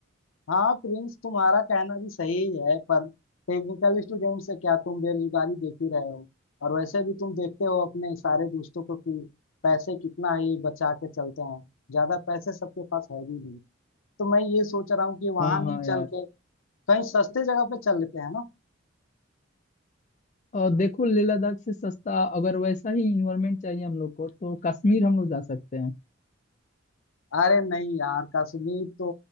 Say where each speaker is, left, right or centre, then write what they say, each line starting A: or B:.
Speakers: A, on the left; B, on the left.
A: हाँ प्रिंस तुम्हारा कहना भी सही है पर टेक्निकल स्टूडेंट से क्या तुम बेरोजगारी देख ही रहे हो और वैसे भी तुम देखते हो अपने सारे दोस्तों को कि पैसे कितना ही बचा के चलते हैं ज्यादा पैसे सबके पास है भी नहीं तो मैं ये सोच रहा हूँ कि वहां
B: हाँ
A: नहीं
B: हाँ यार
A: चल के कहीं सस्ते जगह पे चल लेते हैं ना
B: और देखो लेह लद्दाख से सस्ता अगर वैसा ही इन्वायरमेंट चाहिए हम लोग को तो कश्मीर हम लोग जा सकते हैं
A: अरे नहीं यार कश्मीर तो